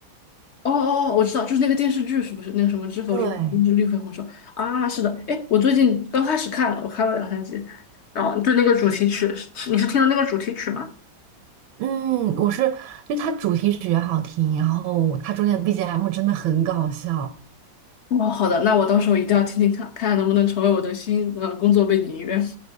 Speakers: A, on the left (about 45°); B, on the right (about 90°).
A: 哦哦哦，我知道，就是那个电视剧，是不是那个什么《知否知知绿肥红瘦》啊？
B: 对。
A: 是的，哎，我最近刚开始看了，我看了两三集，然后对那个主题曲，是你是听了那个主题曲吗？
B: 嗯，我是，就它主题曲也好听，然后它中间的 BGM 真的很搞笑。
A: 哦，好的，那我到时候一定要听听看，看看能不能成为我的新呃工作背景音乐。<laughs>